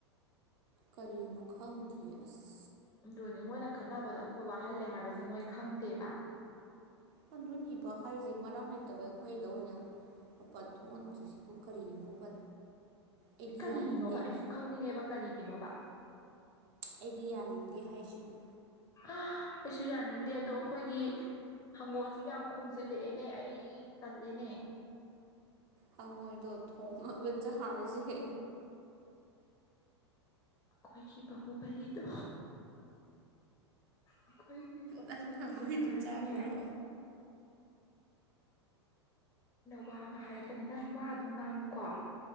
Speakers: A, on the right; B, on the left.
A: ꯀꯔꯤꯅꯣ ꯈꯪꯗꯦ ꯑꯁ
B: ꯑꯗꯨꯅꯤ ꯃꯣꯏꯅ ꯈꯠꯅꯕꯗꯣ ꯑꯩꯈꯣꯏ ꯋꯥꯍꯜꯂꯦ ꯍꯥꯏꯕꯁꯦ ꯃꯣꯏ ꯈꯪꯗꯦꯕ
A: ꯄꯟꯗꯨ ꯅꯤꯕ ꯍꯥꯏꯁꯦ ꯃꯔꯝ ꯂꯩꯇꯕ ꯑꯩꯈꯣꯏꯗ ꯑꯣꯏꯅ ꯃꯄꯥꯟ ꯊꯣꯛꯍꯟꯗ꯭ꯔꯤꯁꯤꯕꯨ ꯀꯔꯤꯅꯣꯕ ꯑꯩꯗꯤ
B: ꯀꯔꯤꯒꯤꯅꯣꯕ
A: ꯌꯥꯅꯤꯡꯗꯦ꯫
B: ꯑꯩꯁꯨ ꯈꯪꯅꯤꯡꯉꯦꯕ ꯀꯔꯤꯒꯤꯅꯣꯕ꯫
A: ꯑꯩꯗꯤ ꯌꯥꯅꯤꯡꯗꯦ ꯍꯥꯏꯁꯤꯅꯤ꯫
B: ꯑ ꯑꯩꯁꯨ ꯌꯥꯅꯤꯡꯗꯦ ꯑꯗꯣ ꯑꯩꯈꯣꯏꯒꯤ ꯍꯪꯉꯣꯏꯁꯨ ꯌꯥꯝ ꯈꯣꯡꯝꯖꯤꯜꯂꯛꯑꯦꯅꯦ ꯑꯩ ꯏꯛ ꯇꯂꯦꯅꯦ꯫
A: ꯍꯪꯉꯣꯏꯗꯣ ꯊꯣꯡꯉꯒ ꯆꯍꯔꯤꯁꯦ꯫
B: ꯑꯩꯈꯣꯏꯒꯤ ꯕꯍꯨꯕꯜꯂꯤꯗꯣ ꯑꯩꯈꯣꯏ ꯏꯕꯕꯜꯂꯤꯗꯣ
A: ꯅꯪ ꯍꯪꯉꯣꯏꯗꯣ
B: ꯃꯥꯗꯤꯅꯦ꯫
A: ꯆꯥꯕ꯭ꯔꯣ
B: ꯋꯥ ꯑꯃ ꯍꯥꯏꯔꯛꯀꯅꯤ ꯅꯪ ꯋꯥꯗꯣ ꯉꯥꯡꯉꯨꯀꯣ